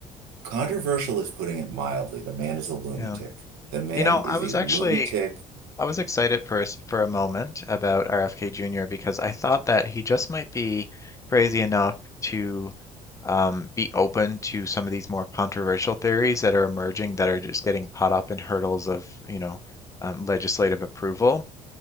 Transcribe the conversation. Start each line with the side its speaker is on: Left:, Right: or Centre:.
Right: controversial is putting it mildly. The man is a lunatic.
Left: Yeah.
Right: The man
Left: You know,
Right: is
Left: I was
Right: a lunatic.
Left: actually I was excited for a, s- for a moment about RFK Jr. because I thought that he just might be crazy enough to um, be open to some of these more controversial theories that are emerging that are just getting caught up in hurdles of, you know, um, legislative approval.